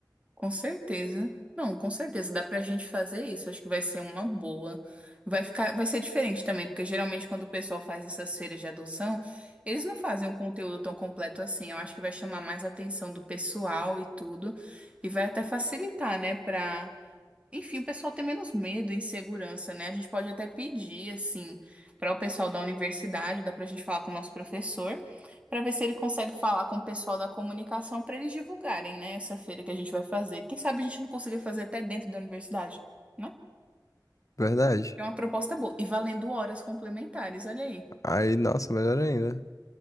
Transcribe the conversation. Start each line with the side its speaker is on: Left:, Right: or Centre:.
Right: Com certeza. Não, com certeza dá pra gente fazer isso. Acho que vai ser uma boa. Vai ficar, vai ser diferente também, porque geralmente quando o pessoal faz essas feiras de adoção, eles não fazem um conteúdo tão completo assim. Eu acho que vai chamar mais a atenção do pessoal e tudo, e vai até facilitar, né, Pra Enfim, o pessoal tem menos medo e insegurança, né? A gente pode até pedir, assim, para o pessoal da universidade, dá para a gente falar com o nosso professor, para ver se ele consegue falar com o pessoal da comunicação para eles divulgarem, né, essa feira que a gente vai fazer. Quem sabe a gente não consiga fazer até dentro da universidade, né?
Left: Verdade.
Right: É uma proposta boa. E valendo horas complementares, olha aí.
Left: Aí, nossa, melhor ainda.